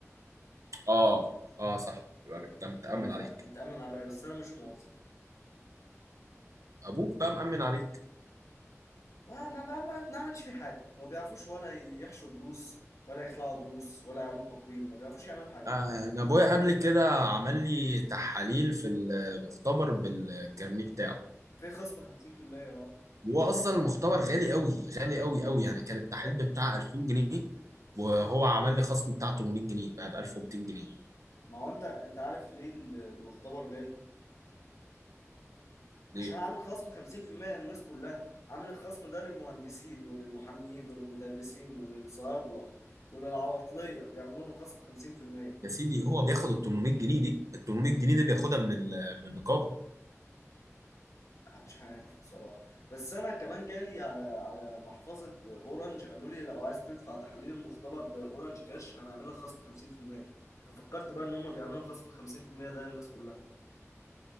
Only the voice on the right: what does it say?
اه اه صح يبقى مت- متامن
عليك
ابوك بقى مامن عليك
آه، انا ابويا قبل كده عمل لي تحاليل في المختبر بالكارنيه بتاعه
هو اصلا المختبر غالي قوي غالي قوي قوي يعني كان التحليل
بتاع 2000 جنيه وهو عمل لي خصم بتاع 800 جنيه بقى ب 1200 جنيه
ليه
يا سيدي هو بياخد ال 800 جنيه دي ال 800 جنيه دي بياخدها من ال- من النقابه